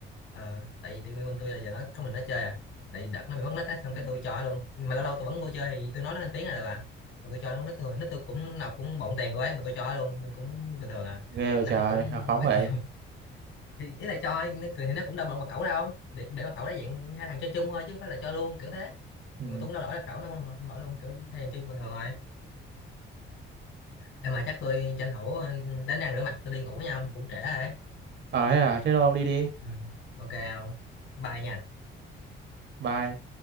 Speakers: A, on the left; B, on the right.
A: Ờ, tại vì bên tôi là giờ nó có mình nó chơi à tại vì đợt nó bị mất nít á xong cái
B: Ừ.
A: tôi cho nó luôn nhưng mà lâu lâu tôi vẫn vô chơi thì tôi nói nó ăn tiếng là được à rồi tôi cho nó nít tôi nít tôi cũng nạp cũng bộn tiền quá mà tôi cho nó luôn nên cũng bình thường à
B: ghê vậy
A: nạp
B: trời
A: cái cũng
B: hào phóng
A: mấy
B: vậy
A: triệu <laughs> thì ý là cho nó cười thì nó cũng đâu mà mật khẩu đâu để để mật khẩu đấy dạng hai thằng chơi chung thôi chứ không phải là cho luôn kiểu thế
B: ừ
A: nhưng mà tôi cũng đâu đổi mật khẩu nó cũng không, không đổi luôn kiểu hai thằng chơi bình thường rồi em mà chắc tôi tranh thủ đánh răng rửa mặt tôi đi ngủ với nhau cũng trễ rồi đấy
B: ờ thế à thế thôi ông đi đi
A: ừ. ok không bye nha
B: bye